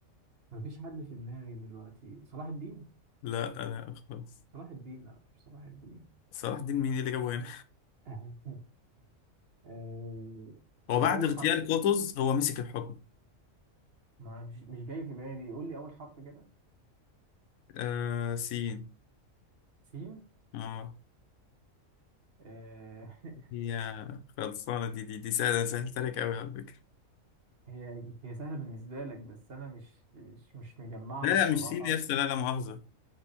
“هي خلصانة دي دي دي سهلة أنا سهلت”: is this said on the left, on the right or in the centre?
Left